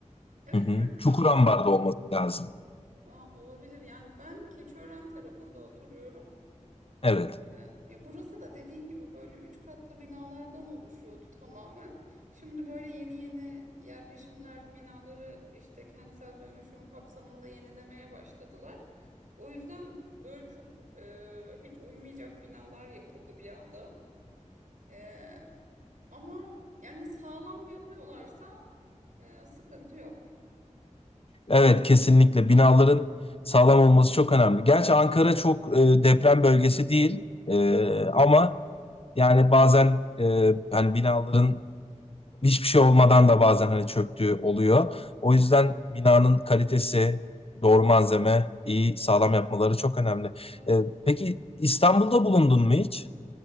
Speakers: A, on the right; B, on the left.
A: Evet
B: Hı hı.
A: yani
B: Çukurambar'da
A: Ankara
B: olması lazım.
A: Aa, olabilir. Yani ben Keçiören tarafında oturuyorum.
B: Evet.
A: Ee, ya burası da dediğin gibi böyle üç katlı binalardan oluşuyordu tamamen. Şimdi böyle yeni yeni yerleşimler binaları işte kentsel dönüşüm kapsamında yenilemeye başladılar. O yüzden böyle çok e, hiç uymayacak binalar yapıldı bir anda. E, Ama yani sağlam yapıyorlarsa e, sıkıntı yok.
B: Evet kesinlikle binaların sağlam olması çok önemli. Gerçi Ankara çok e, deprem bölgesi değil E,
A: Evet,
B: ama yani bazen e, hani binaların hiçbir şey olmadan da bazen hani çöktüğü oluyor.
A: evet,
B: O yüzden binanın kalitesi, doğru malzeme, iyi sağlam yapmaları çok önemli.
A: evet.
B: E, peki İstanbul'da bulundun mu hiç?